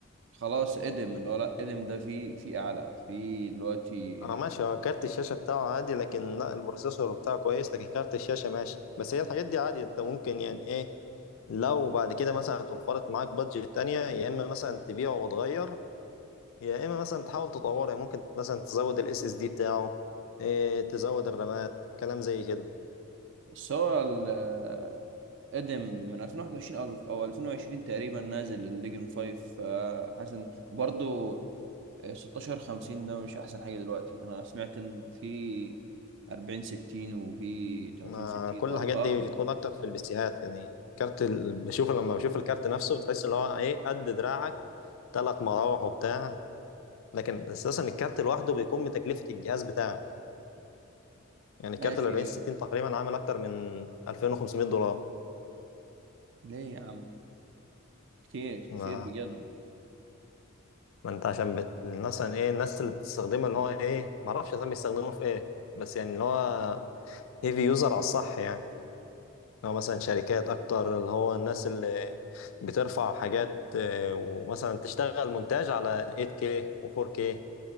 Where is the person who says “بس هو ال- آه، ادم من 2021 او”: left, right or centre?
Right